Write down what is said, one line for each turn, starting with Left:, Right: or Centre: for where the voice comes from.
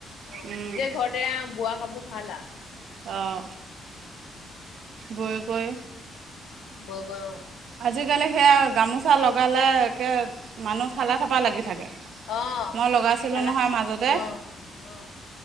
Right: আৰু
Left: অ নিজে ঘৰতে বোৱা কাপোৰ ভাল আৰু
Right: অহ। বৈ গৈ
Left: ব গৈ অ
Right: আজিকালি সেয়া গামোচা লগালে একে মানুহ ঠালা থপা লাগি থাকে।
Left: অহ
Right: মই লগাইছিলোঁ
Left: ঠেলা
Right: নহয় মাজতে
Left: অহ অহ।